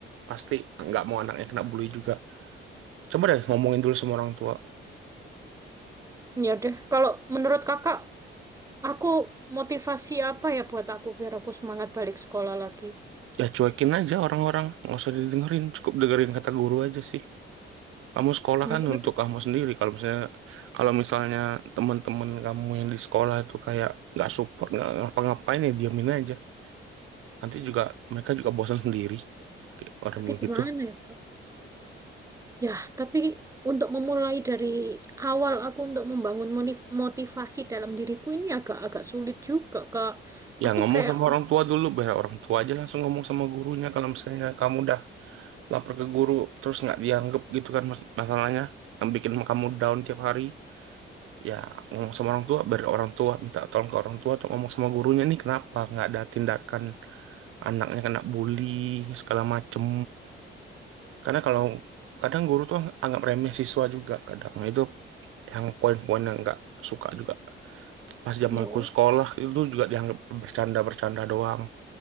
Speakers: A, on the right; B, on the right.
A: pasti nggak mau anaknya kena bully juga coba deh ngomongin dulu sama orang tua
B: ya deh kalau menurut Kakak Aku motivasi apa ya buat aku biar aku semangat balik sekolah lagi?
A: ya cuekin aja orang-orang nggak usah didengerin cukup dengerin kata guru aja sih kamu sekolah
B: Hmm,
A: kan untuk kamu sendiri kalau misalnya kalau misalnya teman-teman kamu yang di sekolah itu kayak nggak support nggak ngapa-ngapain ya diamin aja nanti juga mereka juga bosan sendiri Kayak orang
B: tapi
A: begitu
B: gimana ya, Kak? Ya, tapi untuk memulai dari awal aku untuk membangun monif- motivasi dalam diriku ini agak-agak sulit juga, Kak.
A: Ya
B: Aku
A: ngomong
B: kayak,
A: sama orang tua dulu, biar orang tua aja langsung ngomong sama gurunya. Kalau misalnya kamu udah lapor ke guru, terus nggak dianggap gitu kan mas- masalahnya, yang bikin kamu down tiap hari. Ya ngomong sama orang tua, biar orang tua minta tolong ke orang tua atau ngomong sama gurunya nih kenapa nggak ada tindakan anaknya kena bully segala macem. Karena kalau kadang guru tuh anggap remeh siswa juga kadang itu yang poin-poin yang nggak suka juga. Pas zaman
B: ya,
A: zamanku sekolah itu juga dianggap bercanda-bercanda doang.